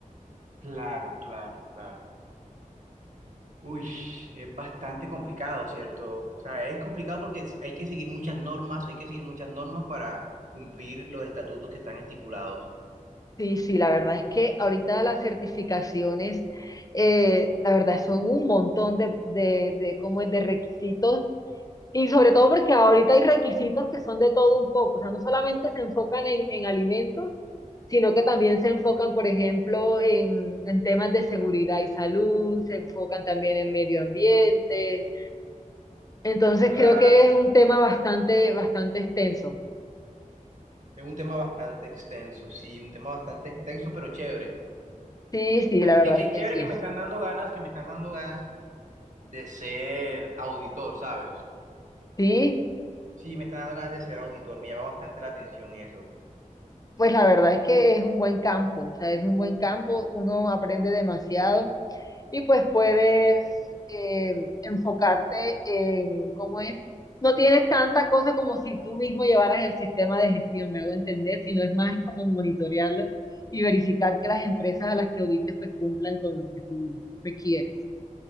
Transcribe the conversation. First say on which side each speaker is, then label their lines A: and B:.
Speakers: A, on the right; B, on the left.
A: claro, claro, claro. Uy, es bastante complicado, ¿cierto? O sea, es complicado porque se- hay que seguir muchas normas, hay que seguir muchas normas para cumplir los estatutos que están estipulados.
B: Sí, sí, la verdad es que ahorita las certificaciones, eh, la verdad son un montón de, de, de, ¿cómo es? de requisitos Y sobre todo porque ahorita hay requisitos que son de todo un poco, o sea, no solamente se enfocan en, en alimentos, sino que también se enfocan, por ejemplo, en, en temas de seguridad y salud, se enfocan también en medio ambiente. Entonces
A: Claro.
B: creo que es un tema bastante, bastante extenso.
A: Es un tema bastante extenso, sí, un tema bastante extenso, pero chévere.
B: Sí, sí,
A: Me-
B: la verdad
A: Qué, qué
B: es que
A: chévere
B: sí.
A: que me están dando ganas, que me están dando ganas de ser auditor, ¿sabes?
B: Sí,
A: Sí, me están dando ganas de ser auditor, me llama bastante la atención eso.
B: pues la verdad es que es un buen campo, o sea, es un buen campo, uno aprende demasiado. y pues puedes eh, enfocarte en cómo es. No tienes tanta cosa como si tú mismo llevaras el sistema de gestión, me hago entender, sino es más como monitorearlo y verificar que las empresas a las que audites pues cumplan con lo que tú requieres.